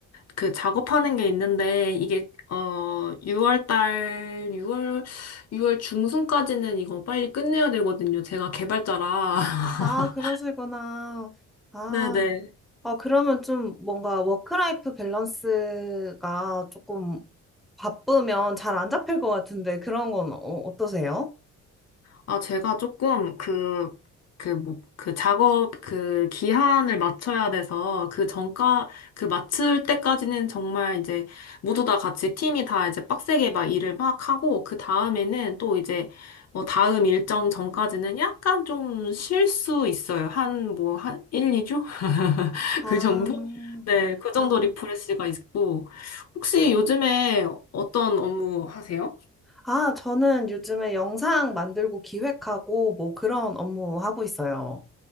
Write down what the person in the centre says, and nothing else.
아, 그러시구나. 아,
어, 그러면 좀 뭔가 워크라이프 밸런스가 조금 바쁘면 잘 안 잡힐 것 같은데 그런 건 어, 어떠세요?
아,
음,
아,
아, 저는 요즘에 영상 만들고 기획하고 뭐 그런 업무 하고 있어요.